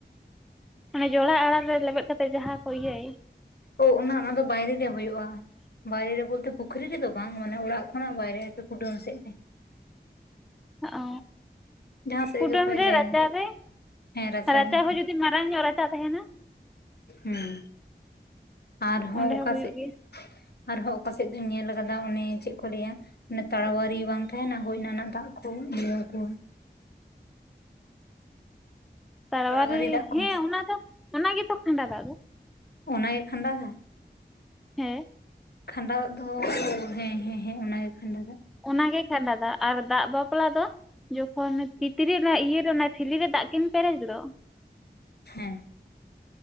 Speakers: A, in the centre; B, on the left (about 65°).
A: ᱚᱱᱮ ᱡᱚᱲᱟ ᱟᱸᱨᱟᱸᱬ ᱨᱮ ᱞᱮᱵᱮᱫ ᱠᱟᱛᱮ ᱡᱟᱦᱟᱸ ᱠᱚ ᱤᱭᱟᱹᱭ
B: ᱚ ᱚᱱᱟ, ᱚᱱᱟ ᱫᱚ ᱵᱟᱭᱨᱮ ᱨᱮ ᱦᱩᱭᱩᱜᱼᱟ᱾ ᱵᱟᱭᱨᱮ ᱵᱚᱞᱛᱮ ᱯᱩᱠᱷᱨᱤ ᱨᱮᱫᱚ ᱵᱟᱝ ᱢᱟᱱᱮ ᱚᱲᱟᱜ ᱠᱷᱚᱱᱟᱜ ᱵᱟᱭᱨᱮ ᱟᱨᱠᱤ ᱠᱩᱰᱟᱹᱢ ᱥᱮᱫ ᱨᱮ
A: ᱚ
B: ᱡᱟᱦᱟᱸ ᱥᱮᱫ
A: ᱠᱩᱰᱟᱹᱢ
B: ᱜᱮ ᱚᱠᱚᱭᱟᱜ
A: ᱨᱮ
B: ᱡᱟᱭᱜᱟ
A: ᱨᱟᱪᱟ ᱨᱮ
B: ᱦᱮᱸ
A: ᱨᱟᱪᱟ
B: ᱨᱮ
A: ᱦᱚᱸ ᱡᱩᱫᱤ ᱢᱟᱨᱟᱝ ᱧᱚᱜ ᱨᱟᱪᱟ ᱛᱟᱦᱮᱱᱟ
B: ᱦᱮᱸ ᱟᱨᱦᱚᱸ
A: ᱚᱸᱰᱮ
B: ᱚᱠᱟ
A: ᱦᱚᱸ ᱦᱩᱭᱩᱜ
B: ᱥᱮᱫ
A: ᱜᱮᱭᱟ
B: ᱟᱨᱦᱚᱸ ᱚᱠᱟᱥᱮᱫ ᱫᱚᱧ ᱧᱮᱞ ᱠᱟᱫᱟ ᱚᱱᱮ ᱪᱮᱫ ᱠᱚ ᱞᱟᱹᱭᱟ ᱮ ᱛᱟᱲᱣᱟᱨᱤ ᱵᱟᱝ ᱛᱟᱦᱮᱱᱟ ᱦᱳᱭ ᱚᱱᱟ ᱨᱮᱱᱟᱜ ᱫᱟᱜ ᱠᱚ ᱤᱭᱟᱹ ᱟᱠᱚ
A: ᱛᱟᱲᱣᱟᱨᱤ
B: ᱛᱟᱲᱟᱣᱟᱨᱤ ᱫᱟᱜ
A: ᱦᱮᱸ
B: ᱠᱚ
A: ᱚᱱᱟ ᱫᱚ ᱚᱱᱟᱜᱮᱛᱚ ᱠᱷᱟᱸᱰᱟ ᱫᱟᱜ ᱫᱚ
B: ᱚᱱᱟᱜᱮ ᱠᱷᱟᱸᱰᱟ ᱫᱟᱜ
A: ᱦᱮᱸ
B: ᱠᱷᱟᱸᱰᱟ ᱫᱚ ᱦᱮᱸᱻᱦᱮᱸᱻᱦᱮᱸ ᱚᱱᱟᱜᱮ ᱠᱷᱟᱸᱰᱟ ᱫᱟᱜ
A: ᱚᱱᱟᱜᱮ ᱠᱷᱟᱸᱰᱟ ᱫᱟᱜ ᱟᱨ ᱫᱟᱜ ᱵᱟᱯᱞᱟ ᱫᱚ? ᱡᱚᱠᱷᱚᱱ ᱛᱤᱛᱨᱤ ᱚᱱᱟ ᱤᱭᱟᱹᱨᱮ ᱚᱱᱟ ᱴᱷᱤᱞᱤ ᱨᱮ ᱫᱟᱜ ᱠᱤᱱ ᱯᱮᱨᱮᱡ ᱫᱚ
B: ᱦᱮᱸ